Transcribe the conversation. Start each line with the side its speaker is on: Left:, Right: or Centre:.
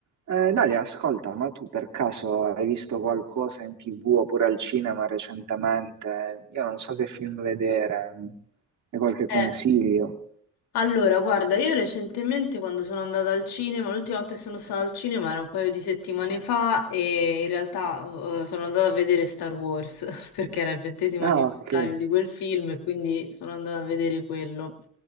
Right: Eh, Dalia, ascolta, ma tu per caso hai visto qualcosa in TV oppure al cinema recentemente? Io non so che film vedere, hai qualche consiglio?
Left: Eh, allora, guarda, io recentemente quando sono andata al cinema, l'ultima volta che sono stata al cinema era un paio di settimane fa e in realtà eh, sono andata a vedere Star Wars <laughs> perché era il ventesimo
Right: Ah,
Left: anniversario
Right: ok.
Left: di quel film e quindi sono andata a vedere quello.